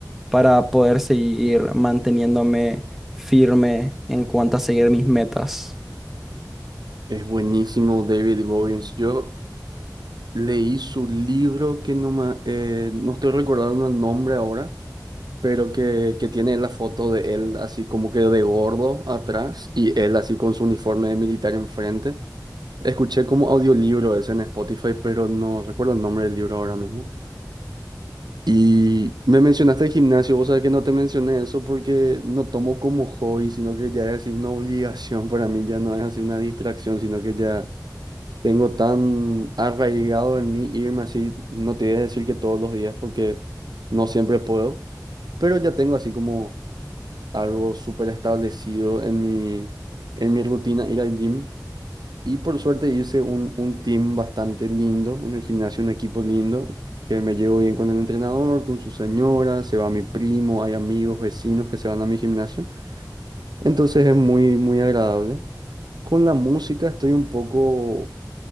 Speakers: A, in the centre; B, on the right.
A: para poder seguir manteniéndome firme en cuanto a seguir mis metas.
B: Es buenísimo David Goggins. Yo leí su libro que no, ma- eh, no estoy recordando el nombre ahora, pero que, que tiene la foto de él así como que de gordo atrás y él así con su uniforme de militar enfrente. Escuché como audiolibro ese en Spotify, pero no recuerdo el nombre del libro ahora mismo. Y me mencionaste el gimnasio, vos sabés que no te mencioné eso porque no tomo como hobby, sino que ya es así una obligación para mí, ya no es así una distracción, sino que ya... Tengo tan arraigado en mí irme así, no te voy a decir que todos los días porque no siempre puedo, pero ya tengo así como algo súper establecido en mi, en mi rutina ir al gym. Y por suerte hice un, un team bastante lindo en el gimnasio, un equipo lindo, que me llevo bien con el entrenador, con su señora, se va mi primo, hay amigos, vecinos que se van a mi gimnasio. Entonces es muy, muy agradable. Con la música estoy un poco